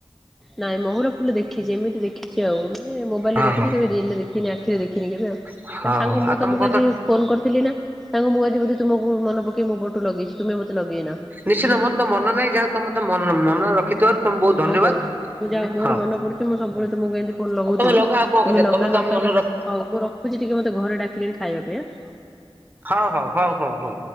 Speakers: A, in the centre; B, on the right.
A: ନାଇଁ ମହୁର ଫୁଲ ଦେଖିଚି ଏମିତି ଦେ ଖିଚି ଆଉ ମାନେ ମୋବାଇଲ
B: ହଁ
A: ରେ ଦେଖିଚି
B: ହଁ
A: କେବେ ରିଏଲରେ ଦେଖିନି ଆଖିରେ ଦେଖିନି କେବେ
B: ହଁ
A: ତମ ସାଙ୍ଗ
B: ଆଉ
A: ମୁଁ ତମକୁ
B: ତମ କଥା
A: ଆଜି ଫୋନ କରିଥିଲି ନା ସାଙ୍ଗ ମୁଁ ଆଜି ବୋଧେ ତୁମକୁ ମନ ପକେଇ ମୋ ପଟୁ ଲଗେଇଚି ତୁମେ ମତେ ଲଗେଇନାହଁ।
B: ନିଶ୍ଚିନ୍ତ ମୋର ତ ମନର ନାହିଁ ଯାହା ହଉ ତମର ତ ମନ ମନ ରଖିଥିବାରୁ ତମେ ବହୁତ ଧନ୍ୟବାଦ
A: ହଉ ହଉ ମୁଁ ଯା ହଉ ମୋର
B: ହଁ।
A: ମନ ପଡୁଚି ମୁଁ ସବୁବେଳେ ତୁମକୁ ଏମିତି ଫୋନ୍ ଲଗଉଥିବି।
B: ଆଉ ତମେ ଲଗାଅ ଆଉ କଣ
A: ତୁମେ
B: କରିବା
A: ଲଗା
B: ତମେ ତ
A: ନକଲା
B: ଆମ ମନେ ରଖ
A: ହଉ ମୁଁ ରଖୁଚି ଟିକେ ମତେ ଘରେ ଡାକିଲେଣି ଖାଇବା ପାଇଁଁ ଆଁ।
B: ହଉ ହଉ ହଉ ହଉ ହଉ।